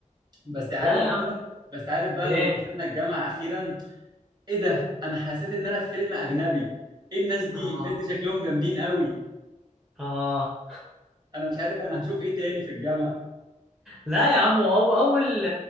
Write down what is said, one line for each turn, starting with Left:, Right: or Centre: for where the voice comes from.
Right: بس عارف
Centre: لا
Right: بقى
Centre: يا عم
Right: بس عارف بقى
Centre: ايه
Right: لما دخلنا الجامعه اخيرا ايه ده انا حسيت ان انا في فيلم اجنبي ايه الناس دي
Centre: اه
Right: الناس دي شكلهم جامدين قوي
Centre: اه
Right: انا مش عارف انا هشوف ايه تاني في الجامعه
Centre: لا يا عم هو اول